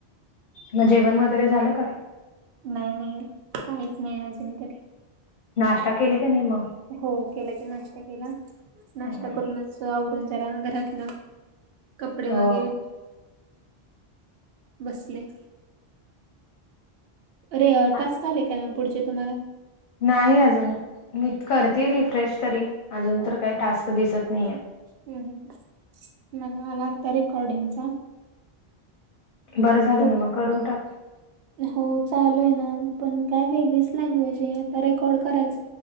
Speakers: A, on the left; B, on the right.
A: मग जेवण वगैरे झालं का?
B: नाही नाही काहीच नाही अजून तरी.
A: नाश्ता केली का नाही मग.
B: हो केला की नाश्ता केला नाश्ता
A: हम्म.
B: करूनच आवरून झाला घरातलं, कपडे
A: हो
B: वगैरे, बसले. अरे
A: आ-
B: टास्क स आले काय पुढचे तुम्हाला.
A: नाही अजून मी करते रिफ्रेश तरी अजून तर काही टास्क दिसत नाहीे.
B: हम् मला आला आता रेकॉर्डिंगचा.
A: बरं झालं
B: खूप
A: ना मग करून टाक.
B: हो चालू आहे ना पण काय वेगळीच लँग्वेज आहे आता रेकॉर्ड करायच.